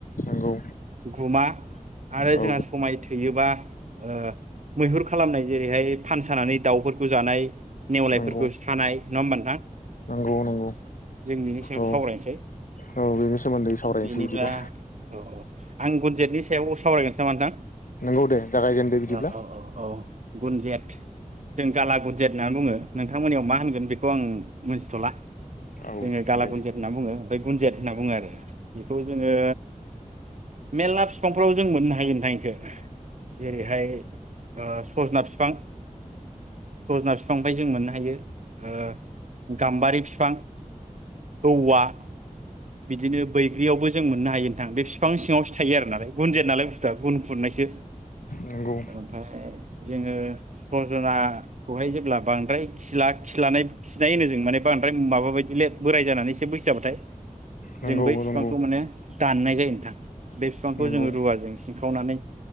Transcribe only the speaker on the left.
नंगौ
औ
नंगौ
नंगौ नंगौ
औ
औ बेनि सोमोन्दै सावरायनोसै
बिदिबा
नंगौ दे जागायजेनदो बिदिब्ला
औ
दे
नंगौ
नंगौ
नंगौ
नंगौ